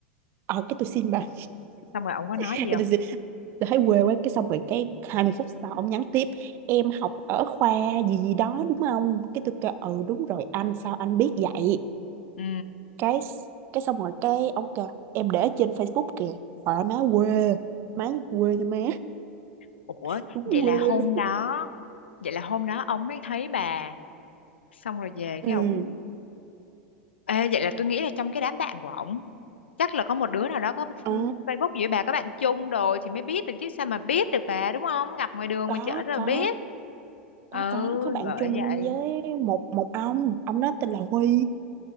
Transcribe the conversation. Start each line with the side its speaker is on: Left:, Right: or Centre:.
Right: ờ cái tôi xin bà <laughs>
Left: xong rồi ông có nói
Right: cái
Left: gì không
Right: tôi xin tôi thấy quê quá cái xong rồi cái 20 phút sau ông nhắn tiếp em học ở khoa gì gì đó đúng không cái tôi kêu ừ đúng rồi anh sao anh biết vậy
Left: ừ
Right: cái cái xong rồi cái ông kêu em để trên Facebook kìa hỏi má quê má quê nha má
Left: ủa
Right: <laughs> đúng
Left: vậy là
Right: quê
Left: hôm
Right: luôn
Left: đó vậy là hôm đó ông mới thấy bà xong rồi về
Right: ừ
Left: cái ổng ê vậy là tôi nghĩ là trong cái đám bạn của ổng chắc là có một đứa nào đó có f-
Right: à,
Left: Facebook giữa bà có bạn chung rồi thì mới biết được chứ sao mà biết được bà đúng không gặp ngoài đường
Right: có
Left: ngoài chợ sao
Right: có
Left: mà biết ừ
Right: có có có bạn
Left: bởi
Right: chung
Left: vậy
Right: với một một ông ông đó tên là Huy